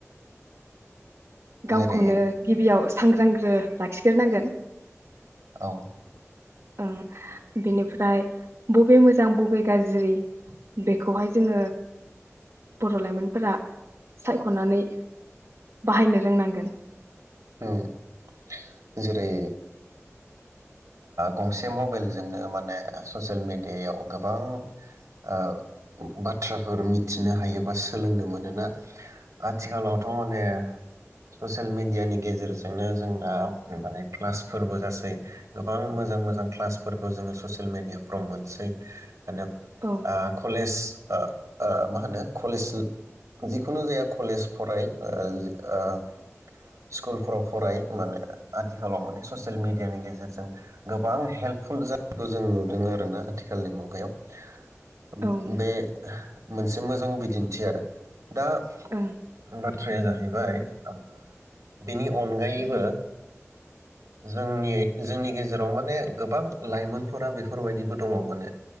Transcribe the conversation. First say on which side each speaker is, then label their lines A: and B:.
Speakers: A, on the right (about 60°); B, on the right (about 80°).
A: गावखौनो
B: जेरै
A: गिबियाव सांग्रांग्रो लाखिग्रोनांगोन
B: औ।
A: उह बिनिफ्राय बबे मोजां बबे गाज्रि बे खौहाय जोङो बर' लाइमोनफोरा सायख'नानै बाहायनो रोंनांगोन
B: उम जेरै गंसे मबाइलजोंनो माने ससियेल मिडियायाव गोबां ओ बाथ्राफोर मिथिनो हायोबा सोलोंनो मोनोना आथिखालावथ' माने ससियेल मिडियानि गेजेरजोंनो जोंना माने क्लासफोरबो जासै गोबां मोजां मोजां क्लासफोरखौ जोङो ससियेल मेडियाफ्राव मोनसै रैनो
A: औ
B: ओ कलेज ओ ओ मा होनो कलेज जिखुनु जाया कलेज फराय ओह ओह स्कुलफ्राव फराय माने आथिखालाव माने ससियेल मिेडियानि गेजेरजों गोबां हेल्पफुल जानायखौ जों नुदों आर ना आथिखालनि मुगायाव उम
A: औ ओं
B: बे मोनसे मोजां बिदिन्थि आरो दा ओम
A: औ
B: बाथ्राया जाहैबाय ओह बेनि अनगायैबो जोंनि जोंनि गेजेराव माने गोबां लाइमोनफोरा बेफोरबायदिबो दङ। माने